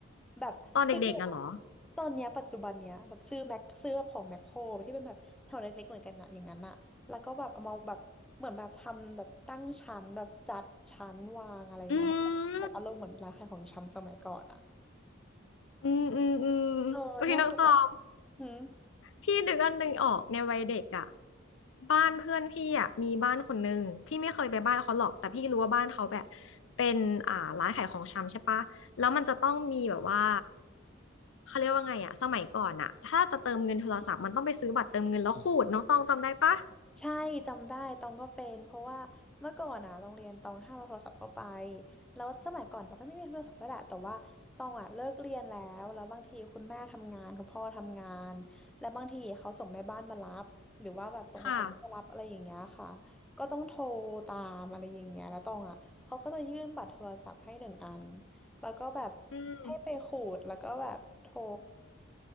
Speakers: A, in the centre; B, on the left.
A: แบบซื้อ
B: ตอนเด็กๆอะเหรอ
A: ตอนเนี้ยปัจจุบันเนี้ยแบบซื้อแม็กซื้อแบบของแมคโครที่เป็นแบบแถวเล็กๆเหมือนกันอะอย่างนั้นอะแล้วก็แบบเอามาแบบเหมือนแบบทำแบบตั้งชั้นแบบจัดชั้นวางอะไรอย่างเงี้ยให้แบบอารมณ์เหมือนร้านขายของชำสมัยก่อนอะ
B: อืมอืมอืมอืม
A: เออเนี่ยคือแบบ
B: อุ้ยน้องตอง
A: หืม
B: พี่นึกอันหนึ่งออกในวัยเด็กอ่ะบ้านเพื่อนพี่อ่ะมีบ้านคนนึงพี่ไม่เคยไปบ้านเขาหรอกแต่พี่รู้ว่าบ้านเขาแบบเป็นอ่าร้านขายของชำใช่ปะแล้วมันจะต้องมีแบบว่าเขาเรียกว่าไงอ่ะสมัยก่อนอ่ะถ้าจะเติมเงินโทรศัพท์มันต้องไปซื้อบัตรเติมเงินแล้วขูดน้องตองจำได้ปะ
A: ใช่จำได้ตองก็เป็นเพราะว่าเมื่อก่อนอะโรงเรียนตองห้ามเอาโทรศัพท์เข้าไปแล้วสมัยก่อนตองก็ไม่มีโทรศัพท์ก็แหละแต่ว่าตองอะเลิกเรียนแล้วแล้วบางทีคุณแม่ทำงานคุณพ่อทำงานแล้วบางทีเขาส่งแม่บ้านมารับหรือว่าแบบส่งคนขับรถมารับอะไรอย่างเงี้ยค่ะ
B: ค่ะ
A: ก็ต้องโทรตามอะไรอย่างเงี้ยแล้วตองอะเขาก็จะยื่นบัตรโทรศัพท์ให้หนึ่งอันแล้วก็แบบ
B: อืม
A: ให้ไปขูดแล้วก็แบบโทร